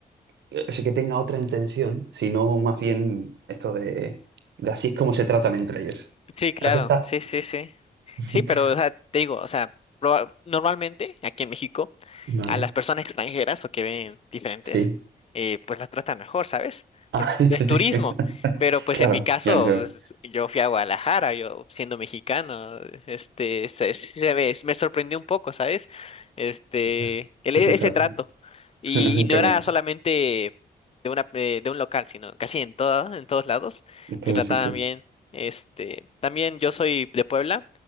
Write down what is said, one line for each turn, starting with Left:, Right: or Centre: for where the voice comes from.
Right: eh, así que tenga otra intención, sino más bien esto de, de así es como se tratan entre ellos.
Left: Sí, claro,
Right: Así está.
Left: sí, sí, sí.
Right: <laughs>
Left: Sí, pero, o sea, te digo, o sea, proba- normalmente aquí en México,
Right: Vale,
Left: a las personas extranjeras o que ven diferentes,
Right: sí.
Left: eh, pues las tratan mejor, ¿sabes?
Right: Ah,
Left: Porque
Right: <laughs> ya
Left: es
Right: te-
Left: turismo. Pero pues
Right: Claro,
Left: en mi caso,
Right: ya entiendo.
Left: pues, yo fui a Guadalajara, yo siendo mexicano, este, se, se ve- me sorprendió un poco, ¿sabes? Este,
Right: Ya,
Left: el,
Right: que
Left: e-
Right: te tratan.
Left: ese trato. Y,
Right: <laughs>
Left: y no
Right: Qué
Left: era
Right: bueno,
Left: solamente de una, eh, de un local, sino casi en todo, en todos lados,
Right: en todos
Left: me trataban
Right: los sitios.
Left: bien. Este, también yo soy de Puebla.